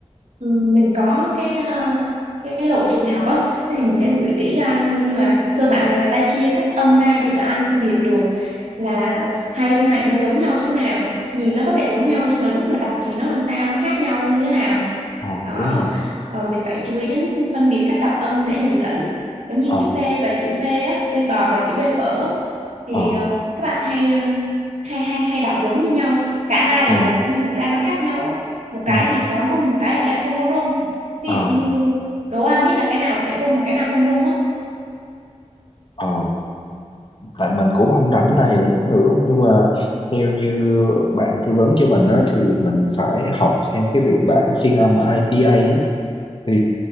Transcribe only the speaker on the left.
ờ
đúng rồi
ờ
ờ
ừ
ừ
ờ
ờ tại mình cũng không rảnh này nữa nhưng mà theo như bạn tư vấn cho mình đó thì mình phải học theo cái biên bản phiên âm IPA á thì